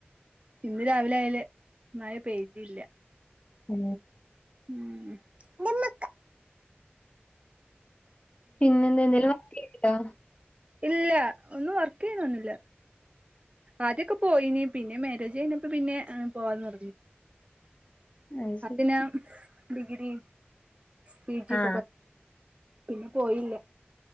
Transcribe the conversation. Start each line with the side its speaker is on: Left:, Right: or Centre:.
Right: ഇന്ന് രാവിലെ അയല് മഴ പെയ്തില്ല
Left: ഉ
Right: ഉം നിമ്മക്ക
Left: പിന്നെ എന്ത എന്തൊലും വർക്ക് ചെയ്യ്ണ്ടൊ
Right: ഇല്ല ഒന്നും വർക്ക് ചെയ്യുന്നൊന്നില്ല ആദ്യൊക്കെ പോയിനി പിന്നെ മാരേജ് കയിഞപ്പം പിന്നെ പോവാന്ന്
Left: അത് ശരി
Right: അപ്പിന്ന ഡിഗ്രി പി ജിക്കെ
Left: ആ
Right: പിന്നെ പോയില്ല